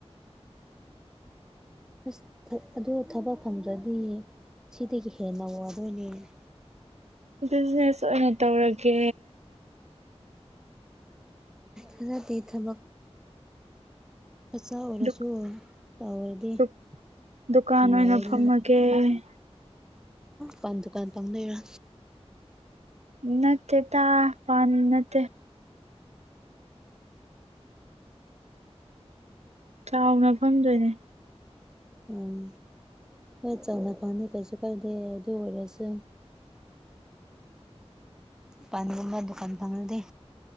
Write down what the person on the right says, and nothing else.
ꯕꯤꯖꯤꯅꯦꯁ ꯑꯣꯏꯅ ꯇꯧꯔꯒꯦ
ꯗꯨꯛ
ꯗꯨꯛ ꯗꯨꯀꯥꯟ
ꯑꯣꯏꯅ <unintelligible>
ꯅꯠꯇꯦ ꯇꯥ ꯄꯝ ꯅꯠꯇꯦ ꯆꯥꯎꯅ ꯐꯝꯗꯣꯏꯅꯦ